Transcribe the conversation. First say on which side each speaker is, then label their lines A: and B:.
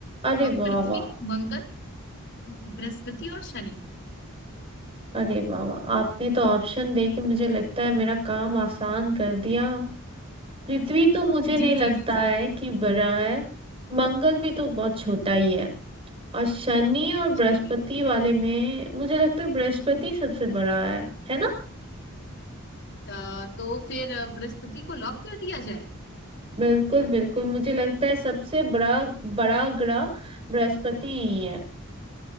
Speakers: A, on the right (about 25°); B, on the left (about 55°).
A: अरे
B: अ,
A: वाह
B: पृथ्वी
A: वाह
B: मंगल बृहस्पति और शनि <laughs>
A: अरे वाह वाह आपने तो ऑप्शन दे के मुझे लगता है मेरा काम आसान कर दिया पृथ्वी तो मुझे नहीं
B: जी
A: लगता
B: जी जी
A: है
B: जी
A: कि बड़ा है मंगल भी तो बहुत छोटा ही है और शनि और
B: जी
A: बृहस्पति
B: जी जी
A: वाले में मुझे लगता है बृहस्पति सबसे बड़ा है है ना
B: अ, तो फिर अ, बृहस्पति को लॉक कर दिया जाए
A: बिल्कुल
B: हाँ,
A: बिल्कुल मुझे लगता है सबसे बड़ा बड़ा ग्रह बृहस्पति ही है